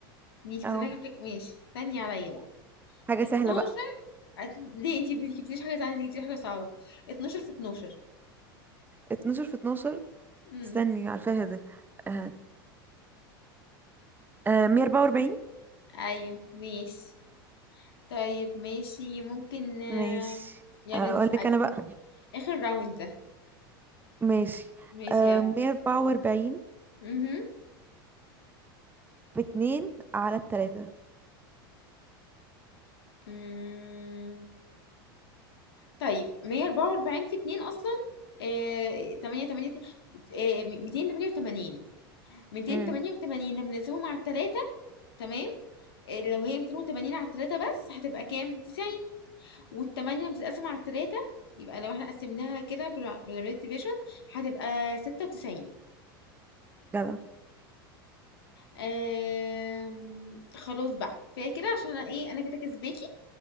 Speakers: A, on the left (about 85°); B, on the right (about 15°).
A: ماشي
B: اهو
A: بس انا هجيب لك ماشي استني عليا بقى
B: حاجة
A: 12
B: سهلة بقى
A: عت- ليه انتي ما جبتيليش حاجة سهلة انتي جبتيلي حاجة صعبة 12 في 12
B: اتناشر في اتناشر
A: امم
B: استني عارفاها ده آه. آه. مية أربعة وأربعين
A: ايوه ماشي طيب ماشي ممكن آه،
B: ماشي
A: يلا
B: أقول
A: انتي اسألي
B: لك أنا بقى
A: اخر راوند ده
B: ماشي
A: ماشي
B: آه.
A: يلا
B: مية أربعة وأربعين
A: مهم.
B: باتنين على التلاتة
A: مم. طيب 144 في 2 اصلا آه، 8 8 آه، 288 288
B: امم
A: لما نقسمه مع التلاتة تمام آه، لو هي 280 على التلاتة بس هتبقى كام 90 والتمانية بتتقسم على التلاتة يبقى لو احنا قسمناها كده بال- بالعملية ديفيجن هتبقى ستة وتسعين
B: جدع
A: آم، خلاص بقى فهي كده عشان انا ايه انا كده كسباكي